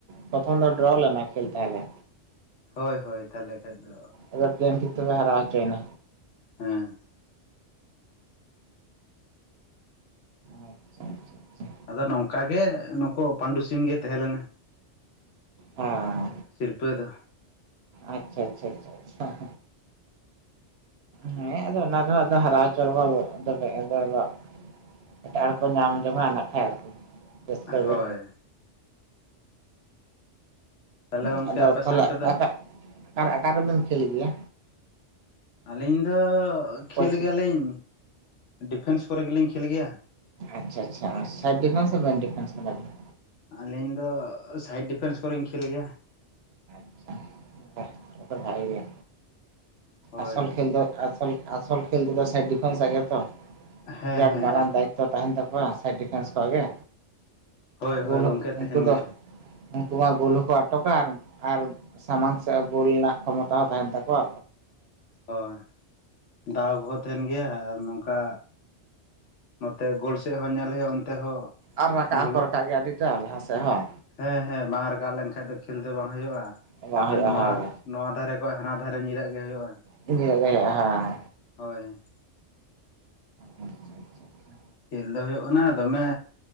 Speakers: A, on the right (about 65°); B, on the left (about 75°).
A: ᱯᱨᱚᱛᱷᱚᱢ ᱫᱚ ᱰᱨᱚ ᱞᱮᱱᱟ ᱠᱷᱮᱞ ᱛᱟᱦᱚᱞᱮ
B: ᱦᱳᱭ ᱦᱳᱭ ᱛᱟᱦᱚᱞᱮ ᱠᱷᱟᱡ ᱫᱚ
A: ᱮᱠᱫᱚᱢ ᱯᱮᱞᱮᱱ ᱴᱷᱤᱠ ᱛᱮᱯᱮ ᱦᱟᱨᱟᱭ ᱦᱚᱪᱚᱭᱱᱟ
B: ᱦᱮᱸ
A: ᱟᱪᱪᱷᱟ ᱟᱪᱪᱷᱟ ᱟᱪᱪᱷᱟ
B: ᱟᱫᱚ ᱱᱚᱝᱠᱟ ᱜᱮ ᱱᱩᱠᱩ ᱯᱟᱱᱰᱩ ᱥᱤᱢ ᱜᱮ ᱛᱟᱦᱮᱸ ᱞᱮᱱᱟ
A: ᱦᱮᱸ
B: ᱥᱤᱨᱯᱟᱹ ᱫᱚ
A: ᱟᱪᱪᱷᱟ ᱟᱪᱪᱷᱟ ᱟᱪᱪᱷᱟ ᱟ ᱦᱮᱸ ᱟᱫᱚ ᱚᱱᱟ ᱨᱮᱦᱚ ᱟᱫᱚ ᱦᱟᱨᱟᱣ ᱪᱚ ᱨᱮᱦᱚ <unintelligible> ᱮᱴᱟᱜ ᱦᱚᱲ ᱠᱚ ᱧᱟᱢ ᱡᱚᱝᱟ ᱱᱟᱜᱠᱷᱟᱡ ᱟᱨᱠᱤ ᱨᱟᱹᱥᱠᱟᱹ
B: ᱦᱳᱭ
A: ᱜᱮ
B: ᱛᱟᱦᱚᱞᱮ ᱜᱚᱝᱠᱮ
A: ᱦᱮᱸ ᱟᱫᱚ
B: ᱟᱯᱮ
A: ᱛᱟᱞᱦᱮ
B: ᱥᱮᱫ ᱚᱱᱛᱮ ᱫᱚ
A: ᱟᱠᱟ ᱟᱠᱟ ᱨᱮᱵᱤᱱ ᱠᱷᱮᱞ ᱜᱮᱭᱟ
B: ᱟᱹᱞᱤᱧ ᱫᱚ ᱠᱷᱮᱞ
A: ᱠᱳᱪᱤᱝ
B: ᱜᱮᱭᱟᱞᱤᱧ ᱰᱤᱯᱷᱮᱱᱥ ᱠᱚᱨᱮ ᱜᱮᱞᱤᱧ ᱠᱷᱮᱞ ᱜᱮᱭᱟ
A: ᱟᱪᱪᱷᱟ ᱟᱪᱪᱷᱟ ᱥᱟᱵ ᱰᱤᱯᱷᱮᱱᱥ ᱥᱮ ᱢᱮᱱ ᱰᱤᱯᱷᱮᱱᱥ ᱠᱟᱱᱟ ᱵᱤᱱ
B: ᱟᱹᱞᱤᱧ ᱫᱚ ᱥᱟᱭᱤᱰ ᱰᱤᱯᱷᱮᱱᱥ ᱠᱚᱨᱮᱧ ᱠᱷᱮᱞ ᱜᱮᱭᱟ
A: ᱵᱟᱜᱷ ᱛᱟᱞᱦᱮ ᱛᱚ ᱵᱷᱟᱜᱮ ᱜᱮ
B: ᱦᱳᱭ
A: ᱟᱥᱚᱞ ᱠᱷᱮᱞ ᱫᱚ ᱟᱥᱚᱞ ᱠᱷᱮᱞ ᱛᱮᱫᱚ ᱥᱟᱭᱤᱰ ᱰᱤᱯᱷᱮᱱᱥ ᱟ ᱜᱮᱛᱚ
B: ᱦᱮᱸ
A: ᱵᱤᱨᱟᱴ
B: ᱦᱮᱸ
A: ᱢᱟᱨᱟᱝ ᱫᱟᱭᱤ ᱛᱚ ᱛᱟᱦᱮᱱ ᱛᱟᱠᱚᱣᱟ ᱥᱟᱭᱤᱰ ᱰᱤᱯᱷᱮᱱᱥ ᱠᱚᱣᱟᱜ ᱜᱮ
B: ᱦᱳᱭ ᱦᱳᱭ
A: ᱜᱳᱞ
B: ᱜᱚᱝᱠᱮ
A: ᱩᱱᱠᱩ
B: ᱛᱟᱦᱮᱱ
A: ᱫᱚ
B: ᱜᱮ
A: ᱩᱱᱠᱩ ᱢᱟ ᱜᱳᱞ ᱦᱚᱠᱚ ᱟᱴᱚᱠᱟ ᱟᱨ ᱟᱨ ᱥᱟᱢᱟᱝ ᱥᱮᱫ ᱜᱳᱞ ᱨᱮᱱᱟᱜ ᱠᱷᱚᱢᱚᱛᱟ ᱦᱚᱸ ᱛᱟᱦᱮᱱ ᱛᱟᱠᱚᱣᱟ
B: ᱦᱳᱭ ᱫᱟᱣ ᱠᱚᱦᱚᱸ ᱛᱟᱦᱮᱱ ᱜᱮᱭᱟ ᱟᱨ ᱱᱚᱝᱠᱟ ᱱᱚᱛᱮ ᱜᱳᱞᱥᱮᱡ ᱦᱚᱸ ᱧᱮᱞ ᱦᱳᱭᱳᱜᱼᱟ ᱚᱱᱛᱮ ᱦᱚᱸ
A: ᱟᱨ ᱨᱟᱠᱟᱵ ᱦᱚᱸᱠᱚ
B: ᱜᱳᱞᱳᱜ
A: ᱨᱟᱠᱟᱵ ᱜᱮᱭᱟ ᱟᱹᱰᱤᱴᱟ ᱞᱟᱦᱟ ᱥᱮᱫ ᱦᱚᱸ
B: ᱦᱮᱸ ᱦᱮᱸ ᱵᱟᱝ ᱨᱟᱠᱟᱵ ᱞᱮᱱᱠᱷᱟᱡ ᱫᱚ ᱠᱷᱮᱞ ᱫᱚ ᱵᱟᱝ ᱦᱩᱭᱩᱜᱼᱟ
A: ᱵᱟᱝ ᱦᱩᱭᱩᱜᱼᱟ
B: ᱟᱨ ᱱᱚᱣᱟ
A: ᱦᱳᱭ
B: ᱱᱚᱣᱟ ᱫᱷᱟᱨᱮ ᱠᱷᱚᱡ ᱦᱟᱱᱟ ᱫᱷᱟᱨᱮ ᱧᱤᱨᱟᱜ ᱜᱮ ᱦᱳᱭᱳᱜᱼᱟ
A: ᱧᱩᱣᱟᱜ ᱜᱮ ᱦᱳᱭᱳᱜ ᱟ ᱦᱮᱸ
B: ᱦᱳᱭ
A: ᱚ ᱟᱪᱷᱟ ᱟᱪᱪᱷᱟ ᱟᱪᱷᱟ
B: ᱠᱷᱮᱞ ᱫᱚ ᱦᱳᱭᱤᱜ ᱠᱟᱱᱟ ᱫᱚᱢᱮ